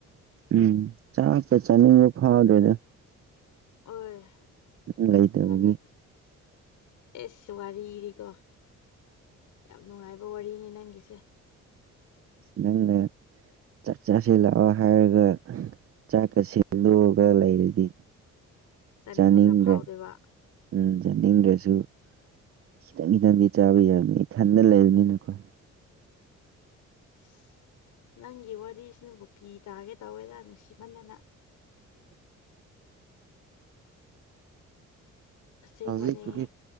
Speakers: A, on the right (about 50°); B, on the left (about 80°).
A: ꯎꯝ ꯆꯥꯛꯁꯦ ꯆꯥꯅꯤꯡꯕ ꯐꯥꯎꯗꯦꯗ
B: ꯍ
A: ꯅꯪ ꯂꯩꯇꯕꯒꯤ
B: ꯉ ꯑꯦꯁ ꯋꯥꯔꯤꯔꯤꯀꯣ ꯌꯥꯝ ꯅꯨꯡꯉꯥꯏꯕ ꯋꯥꯔꯤꯅꯤ ꯅꯪꯒꯤꯁꯦ
A: ꯅꯪꯅ ꯆꯥꯛ ꯆꯥꯁꯤ ꯂꯥꯛꯑꯣ ꯍꯥꯏꯔꯒ ꯆꯥꯛꯀ ꯁꯦꯝꯗꯣꯛꯑꯒ ꯂꯩꯔꯗꯤ
B: ꯆꯥꯅꯤꯡꯕ
A: ꯆꯥꯅꯤꯡꯗ꯭ꯔꯦ
B: ꯈꯔ ꯐꯥꯎꯗꯣꯏꯕ
A: ꯎꯝ ꯌꯥꯅꯤꯡꯗ꯭ꯔꯁꯨ ꯈꯤꯇꯪ ꯈꯤꯇꯪꯗꯤ ꯆꯥꯕ ꯌꯥꯕꯅꯤ ꯏꯊꯟꯅ ꯂꯩꯕꯅꯤꯅꯀꯣ
B: ꯑꯁ ꯅꯪꯒꯤ ꯋꯥꯔꯤꯁꯤꯅꯕꯨ ꯀꯤ ꯇꯥꯒꯦ ꯇꯧꯋꯦꯗ ꯅꯨꯡꯁꯤꯃꯟꯗꯅ ꯑꯁꯦꯡꯕꯅꯦ
A: ꯍꯧꯖꯤꯛꯀꯤꯨꯗꯤ